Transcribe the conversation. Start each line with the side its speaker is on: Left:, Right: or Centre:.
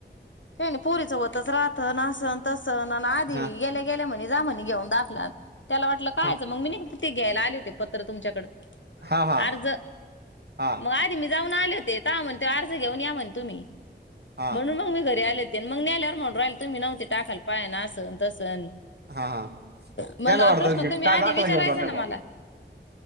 Left: काही नाहीन पुरीचं होतच राहत आसन तसन आधी
Right: हा
Left: गेल्याकी गेला म्हने जा म्हने घेऊन दाखला त्याला वाटलं कायचं
Right: हा
Left: मग मी तेे्याय आले होते पत्र तुमच्याकड
Right: हा हा
Left: अर्ज
Right: हा
Left: मग मी जाऊन आले होते म्हणते ता अर्ज घेऊन या म्हण तुम्ही
Right: हा
Left: म्हणून म मी ते आले हो आणि मग नेल्यार म्हणून राहिल तुम्ही नव्हते टाकाल पाहा असंन, तसन
Right: हा हा
Left: म्हणलं
Right: त्यांना
Left: हा
Right: वाटतं
Left: प्रश्न
Right: की
Left: तुम्ही
Right: काय
Left: आधी
Right: दाखला
Left: विचारायचा
Right: घेऊन जात्या
Left: ना
Right: भाऊ
Left: मला